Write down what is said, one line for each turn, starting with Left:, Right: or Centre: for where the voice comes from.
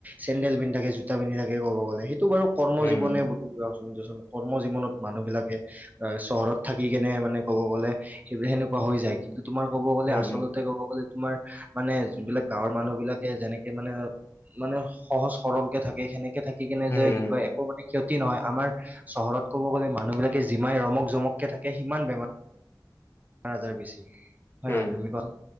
Right: চেণ্ডেল পিন্ধি থাকে, জোতা পিন্ধি থাকে ক'ব গ'লে। এইটো বাৰু কৰ্ম
Left: উম,
Right: জীৱনে বুলি কোৱাচোন দিয়াচোন, কৰ্ম জীৱনত মানুহবিলাক চহৰত থাকি কেনে মানে কব গ'লে সেইবিলাক সেনেকোৱা হৈ যায়। কিন্তু তোমাৰ ক'ব গ'লে,
Left: উম,
Right: আচলতে
Left: উম,
Right: ক'ব গ'লে তোমাৰ মানে যোনবিলাক গাঁৱৰ মানুহ বিলাকে যেনেকে মানে মানে সহজ সৰল কে থাকে, সেনেকে থাকি কেনে
Left: উম,
Right: যে
Left: উম,
Right: কি কয় একো মানে কি হল টি নহয় আমাৰ চহৰত ক'ব গ'লে মানুহ বিলাকে যিমান ৰমক জমককে থাকে, সিমান বেমাৰ পাছ হাজাৰ বেছি হয়
Left: উম,
Right: নহয় তুমি কোৱাচোন,